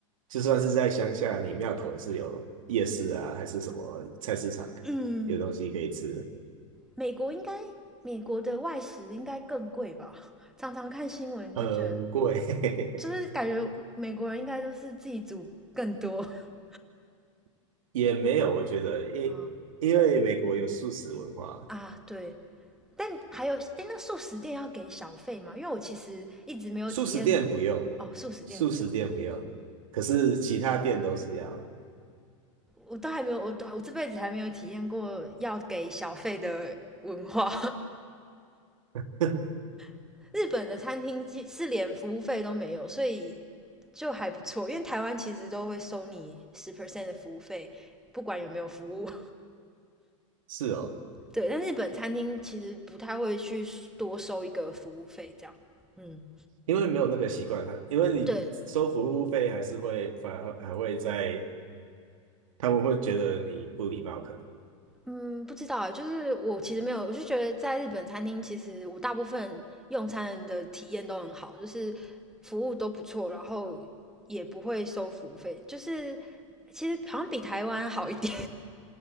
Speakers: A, on the right; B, in the centre.
A: 就算是在乡下，你庙口也是有夜市啊，还是什么菜市场，
B: 嗯，
A: 有东西可以吃，
B: 美国应该美国的外食应该更贵吧？<laughs> 常常看新闻都觉得。
A: 很贵，
B: 就是感觉美国人应该都是自己煮更多。<laughs>
A: <laughs> 也没有，我觉得，因因为美国有素食文化，
B: 啊啊，对，但还有，哎，那素食店要给小费吗？因为我其实一直没有体验，
A: 素食店不用，
B: 哦，素食店不用，
A: 素食店不用，可是其他店都是要，
B: 我都还没有，我都我这辈子还没有体验过要给小费的文化。
A: <laughs>
B: <laughs> 日本的餐厅是连服务费都没有，所以就还不错。因为台湾其实都会收你百分之十 percent 的服务费，不管有没有服务。
A: 是哦，
B: 对，但日本餐厅其实不太会去多收一个服务费这样。嗯，
A: 因为没有那个习惯啊，因为你收服务费还是会反而还会在，
B: 对，
A: 他们会觉得你不礼貌，可能。
B: 嗯，不知道啊，就是我其实没有，我就觉得在日本餐厅，其实我大部分用餐的体验都很好，就是服务都不错，然后也不会收服务费，就是其实好像比台湾好一点，